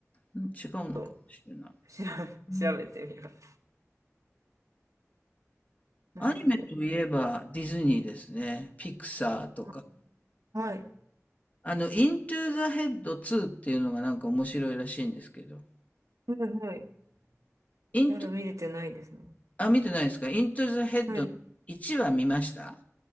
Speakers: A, on the left (about 30°); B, on the right (about 85°).
A: うん、違うのかもしれない。
B: ちょっと、調べ、
A: うん
B: 調べてみます。なんだろ
A: アニメといえばディズニーですね。ピクサーとか。
B: う。あはい。
A: あの、イントゥーザヘッド2っていうのがなんか面白いらしいんですけど。
B: はいはい。
A: イン
B: まだ見れてないですね。
A: あ、見てないですか。イントゥ e ヘッド1は見ました
B: はい。